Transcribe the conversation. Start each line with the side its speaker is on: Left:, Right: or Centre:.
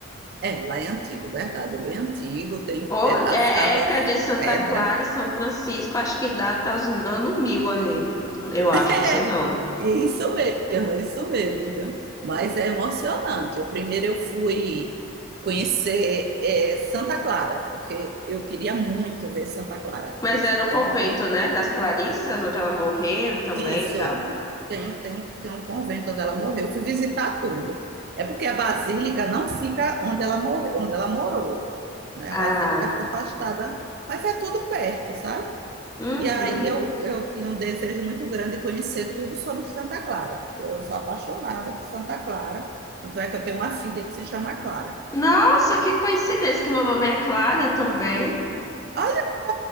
Right: É, lá é antigo, verdade, é bem antigo, tem
Left: Ou
Right: é, as
Left: é
Right: casas
Left: é época de Santa
Right: pedra.
Left: Clara e São Francisco, acho que dá até os anos mil ali, eu acho,
Right: É,
Left: não sei não.
Right: é isso mesmo, é isso mesmo, viu? Mas é emocionante. O primeiro eu fui conhecer é, Santa Clara, porque eu queria muito ver Santa Clara.
Left: Mas
Right: Eu
Left: era o
Right: sempre
Left: convento,
Right: pedi.
Left: né, das Clarissas, onde ela morreu também
Right: Isso,
Left: e tal.
Right: tem, um- tem, um- tem um convento onde ela morreu. Eu fui visitar tudo. É porque a basílica não fica onde ela, morre, onde ela morou, né?
Left: Ah,
Right: A basílica fica afastada, mas é tudo perto, sabe?
Left: uhum.
Right: E aí eu, eu tinha um desejo muito grande de conhecer tudo sobre Santa Clara. Eu sou apaixonada por Santa Clara. Tanto é que eu tenho uma filha que se chama Clara.
Left: Nossa, que coincidência que meu nome é Clara também.
Right: Olha,